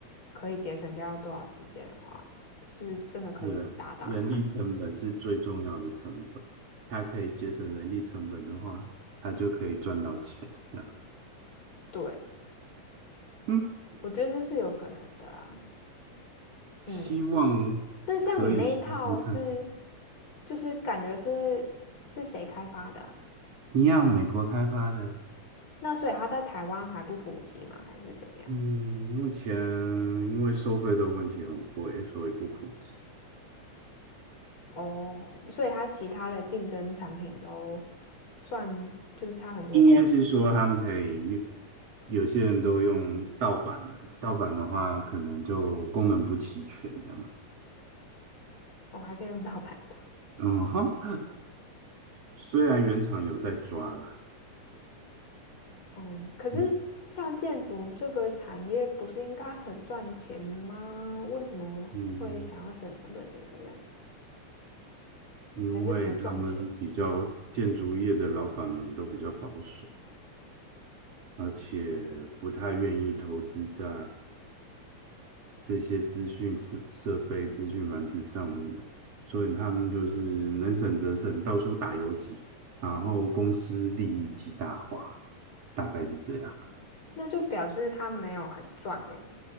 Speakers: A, on the left (about 40°); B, on the right (about 50°).
A: 可以节省掉多少时间的话，是真的可以打打看。
B: 是啊，人力成本是最重要的成本，它可以节省人力成本的话，它就可以赚到钱，这样子。
A: 对，
B: 嗯，
A: 我觉得这是有可能的啊。
B: 希望可以试试看。
A: 嗯，但像你那一套是，就是感觉是是谁开发的啊？
B: 一样，美国开发的，
A: 那所以它在台湾还不普及吗？还是怎么样？
B: 嗯，目前因为收费的问题很贵，所以不普及。
A: 哦，所以它其他的竞争产品都算就是差很多吗？
B: 应该是说他们可以用，有些人都用盗版的，盗版的话可能就功能不齐全这样子。
A: 哦，还可以用盗版的。
B: 嗯哼，虽然原厂有在抓啦，
A: 哦，可是
B: 嗯。
A: 像建筑这个产业不是应该很赚钱吗？为什么会想要省成本等等这样？
B: 嗯，因为他们比较建筑业的老板们都比较保守，
A: 还是不赚钱？
B: 而且不太愿意投资在这些资讯设设备、资讯软体上面，所以他们就是能省则省，到处打游击，然后公司利益极大化，大概是这样。
A: 那就表示他没有很赚呢、